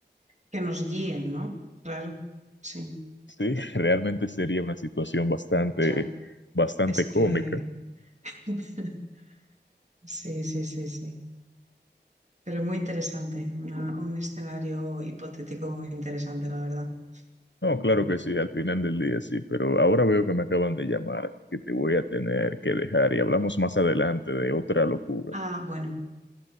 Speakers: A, on the right; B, on the left.
A: Que nos guíen, ¿no? Claro, sí,
B: Sí, <laughs> realmente sería una situación bastante,
A: ya.
B: bastante
A: Es que
B: cómica.
A: <laughs> sí, sí, sí, sí. Pero muy interesante, una- un escenario hipotético muy interesante, la verdad.
B: No, claro
A: Mm.
B: que sí, al final del día sí, pero ahora veo que me acaban de llamar, así que te voy a tener que dejar y hablamos más adelante de otra locura.
A: Ah, bueno,